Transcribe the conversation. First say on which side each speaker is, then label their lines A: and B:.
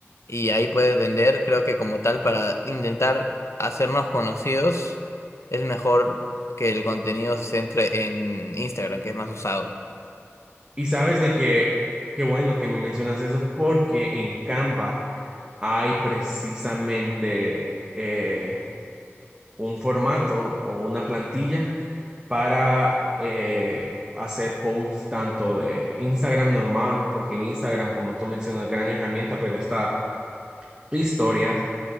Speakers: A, on the left; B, on the right.
A: y ahí puedes vender, creo que como tal, para intentar hacernos conocidos, es mejor que el contenido se centre en Instagram, que es más usado.
B: Y sabes de que, qué bueno que me mencionas eso, porque en Canva hay precisamente... eh, un formato o una plantilla para eh, hacer posts tanto de Instagram normal, porque en Instagram, como tú mencionas, gran herramienta, pero está historias,